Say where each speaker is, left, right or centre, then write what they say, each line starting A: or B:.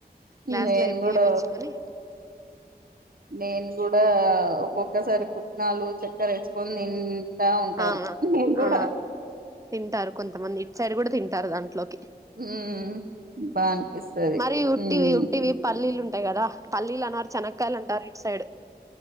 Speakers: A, on the right; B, on the right.
A: క్లాస్
B: నేను
A: లో ఏపి
B: కూడా
A: వయిచ్చుకొని
B: నేను కూడా ఒక్కొక్కసారి పుట్నాలు చక్కర వేసుకొని నేను ఉంటాను
A: ఆ
B: కూడా
A: ఆ తింటారు కొంతమంది ఇటు సైడ్ కూడా తింటారు దాంట్లోకి
B: ఉమ్ బా అనిపిస్తది
A: మరి ఉట్టివి
B: ఉమ్
A: ఉట్టివి పల్లీలుంటా అంతే కదా పల్లీలు అన్నారు చెనకాయలు అంటారు ఇటు సైడ్